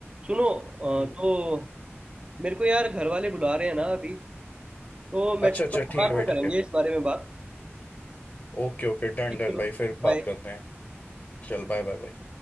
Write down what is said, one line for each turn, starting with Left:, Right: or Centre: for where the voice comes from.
Right: सुनो अ,
Left: हम्म।
Right: तो मेरे को यार घर वाले बुला रहे हैं ना अभी तो मैं
Left: अच्छा
Right: चल
Left: अच्छा
Right: रहा
Left: ठीक
Right: हूँ बाद
Left: है भाई
Right: में करेंगे
Left: ठीक है
Right: इस बारे में बात
Left: ओके ओके डन
Right: ठीक
Left: डन
Right: चलो
Left: भाई फिर बात
Right: बाय
Left: करते हैं चल बाय बाय बाय